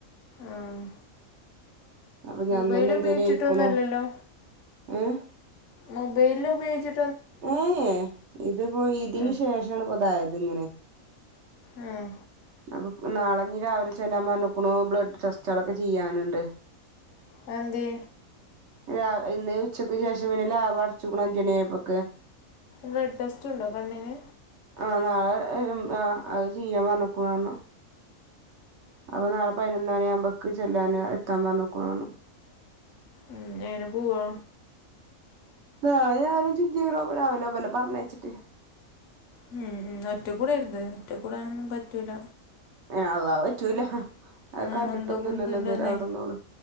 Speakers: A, on the left (about 65°); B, on the right (about 65°).
A: ആഹ്
B: അപ്പൊ ഞാൻ
A: മൊബൈൽ
B: തന്നെ
A: ഉപയോഗിച്ചിട്ടൊന്നല്ലല്ലോ?
B: എന്തേലും ആയിക്കണോ ഏ
A: മൊബൈൽ ഉപയോഗിച്ച്
B: ഹേ യേ ഇത്പ്പോ ഇതിന്
A: ഉം
B: ശേഷാണ് പതായത് ഇങ്ങനെ.
A: ആഹ്
B: അപ്പോ നാളെ ഞ് രാവിലെ ചെല്ലാൻ പർഞ്ഞ്ക്ക്ണു ബ്ലഡ് ടെസ്റ്റളൊക്കെ ചെയ്യാന്ണ്ട്.
A: അഹന്തേ?
B: ലാ ഇന്ന് ഉച്ചക്ക് ശേഷം പിന്നെ ലാബ് അട്ച്ച്ക്ക്ണു അഞ്ചണി ആയപ്പൊക്ക്.
A: ബ്ലഡ് ടെസ്റ്ററ്റ് ണ്ടോ കണ്ണിന്?
B: ആഹ് നാളെ ഏം ആഹ് അത് ചെയ്യാൻ പർഞ്ഞ് ക്ക്ണു ർഞ്ഞു. അപ്പൊ നാളെ പയിനൊന്ന് മണി ആവുമ്പക്ക് ചെല്ലാന് എത്താ പർഞ്ഞ് ക്ക്ണു ർഞ്ഞു.
A: ഉം എങ്ങനെ പോവാ?
B: നാളെ ഞാനും ചിഞ്ചു <unintelligible> പർഞ്ഞേച്ച്ട്ട്
A: ഉം ഉം ഒറ്റ കുടെര്ത് ഒറ്റ കൂടാനൊന്നും പറ്റൂല.
B: യാ അള്ളാ പറ്റൂല. അത്
A: ആഹ്
B: കണ്ടിട്ടൊന്നുംല്ലല്ലോ
A: അന്തോ കുന്തല്ലാന്നേ
B: ഇതുവരെ അവിടൊന്നും ഓള്